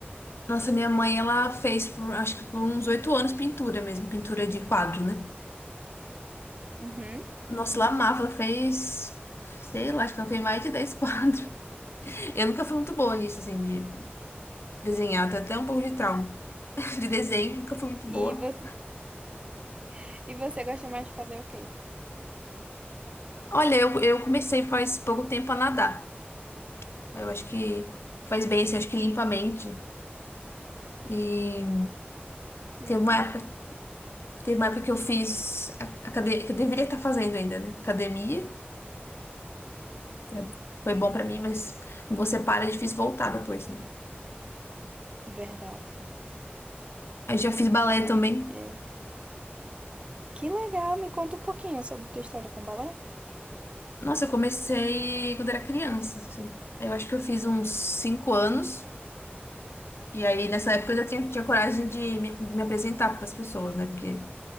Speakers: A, on the left; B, on the right.
A: Nossa, minha mãe, ela fez por, acho que por uns oito anos pintura mesmo, pintura de quadro, né?
B: Uhum.
A: Nossa, ela amava, ela fez, sei lá, acho que ela fez mais de 10 quadros. <laughs> Eu nunca fui muito boa nisso, assim, de desenhar, até até um pouco de trauma. de desenho, nunca fui muito
B: E
A: boa.
B: você, <laughs> e você gosta mais de fazer o quê?
A: Olha, eu, eu comecei faz pouco tempo a nadar. Eu acho que faz bem, assim, eu acho que limpa a mente. E
B: Que
A: teve
B: legal.
A: uma época, teve uma época que eu fiz academia, que eu deveria estar fazendo ainda, né? Academia, que é- foi bom pra mim, mas quando você para, é difícil voltar depois, né?
B: Verdade,
A: Aí já fiz
B: é verdade.
A: balé também.
B: É. Que legal, me conta um pouquinho sobre tua história com o balé.
A: Nossa, eu comecei quando era criança, assim. Eu acho que eu fiz uns cinco anos. E aí, nessa época, eu já tinha, tinha coragem de me, de me apresentar para as pessoas, né? Porque